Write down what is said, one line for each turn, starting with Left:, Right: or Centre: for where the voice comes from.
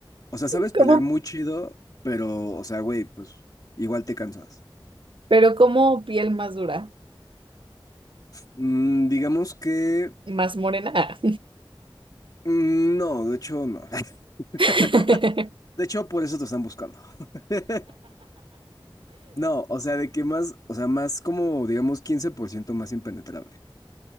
Left: o sea, sabes
Right: ¿Cómo?
Left: pelear muy chido, pero, o sea, güey, pues igual te cansas.
Right: Pero ¿cómo piel más dura?
Left: Mm, digamos que,
Right: Más morena. Ah.
Left: mm, no, de hecho, no. <laughs>
Right: <laughs>
Left: De hecho, por eso te están buscando. <laughs> No, o sea, de que más, o sea, más como, digamos, 15% más impenetrable.